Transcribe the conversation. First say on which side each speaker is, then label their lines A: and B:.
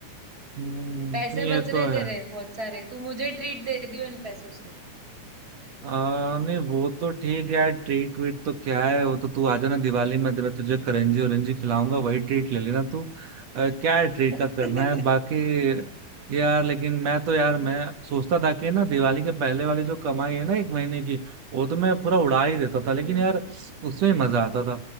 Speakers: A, on the right (about 60°); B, on the right (about 30°).
A: हम्म,
B: पैसे
A: ये
B: बच रहे
A: तो है
B: तेरे बहुत सारे तू मुझे ट्रीट दे दियो इन पैसों से
A: आ, नहीं वो तो ठीक है यार ट्रीट वीट तो क्या है वो तो तू आ जाना दिवाली में तो मैं तुझे करंजी औरंजी खिलाऊंगा वही ट्रीट ले लेना तू आ, क्या है ट्रीट
B: <laughs>
A: का करना है बाकी यार लेकिन मैं तो यार मैं सोचता था कि ना दिवाली के पहले वाली जो कमाई है ना एक महीने की वो तो मैं पूरा उड़ा ही देता था लेकिन
B: हम्म
A: यार उसमें ही मजा आता था